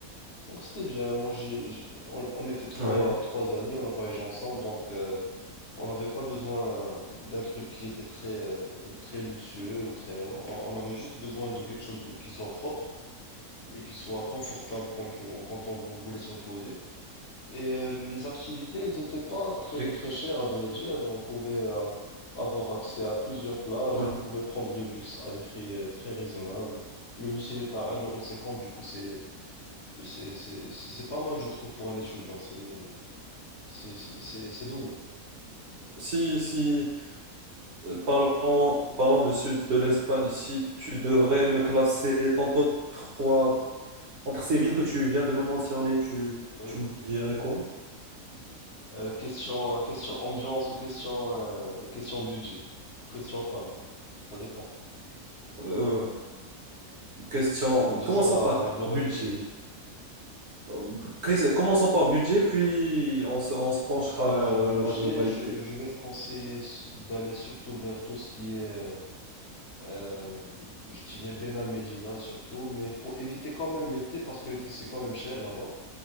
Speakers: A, on the left (about 55°); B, on the right (about 60°).
A: Donc c'était bien. Moi, j'ai, j'ai- on, on était trois,
B: ouais.
A: trois amis, on a voyagé ensemble. Donc euh, on n'avait pas besoin d'un truc qui était très, euh, très luxueux ou très. On, on avait juste besoin de quelque chose de- qui soit propre et qui soit confortable quand on, quand on vou- voulait se reposer. Et euh, les activités, elles n'étaient pas très
B: Et-
A: très chères à vrai dire. On pouvait euh, avoir accès à plusieurs plages,
B: ouais.
A: on pouvait prendre le bus à des prix euh, très raisonnables. Le bus, il est à 1,50€, du coup c'est c'est c'est c'est c'est pas mal je trouve pour un étudiant, c'est c'est c'est c'est c'est donné.
B: Si, si, euh, parlons, parlons du sud de l'Espagne, si tu devrais me classer tantôt trois, entre ces villes que tu viens de me mentionner, tu,
A: Oui.
B: tu me dirais quoi?
A: Euh, question question ambiance ou question euh, question budget, question fan, ça dépend.
B: Euh, question,
A: Ou disons
B: commençons
A: la
B: par
A: la globalité.
B: budget. Euh, qu'est-ce- Commençons par budget, puis on se, on se penchera
A: Alors
B: vers euh,
A: budget,
B: la globalité.
A: je je vais te conseiller s- d'aller surtout vers tout ce qui est euh, Euh, je dirais Ben Al Medina surtout, mais faut éviter quand même l'été parce que l'été c'est quand même cher là-bas.